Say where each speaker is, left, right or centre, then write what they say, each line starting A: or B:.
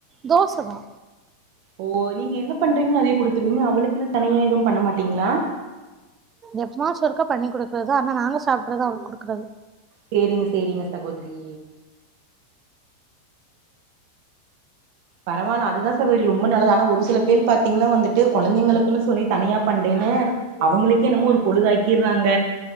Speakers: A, on the right; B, on the right.
A: தோசதா
B: ஓ நீங்க என்னப் பண்றீங்கன் அதையே குடுத்துருவீங்ளா அவுளுக்குனு தனியா எதுவும் பண்ண மாட்டீங்ளா
A: எப்மாஸ் ஒருக்க பண்ணி குடுக்றது ஆனா நாங்க சாப்ட்றது அவுளுக் குடுக்றது
B: சேரிங்க சேரிங்க சகோதிரி பரவால அதுதா சகோதரி ரொம்ப நல்லது ஆனா ஒரு சிலப் பேல் பாத் திங்னா வந்துட்டு கொழந்தைங்களுக்குனு சொல்லி தனியாப் பண்டேனு அவுங்ளுக்கே என்னமோ ஒருப் பொழுதாக்கிர்றாங்க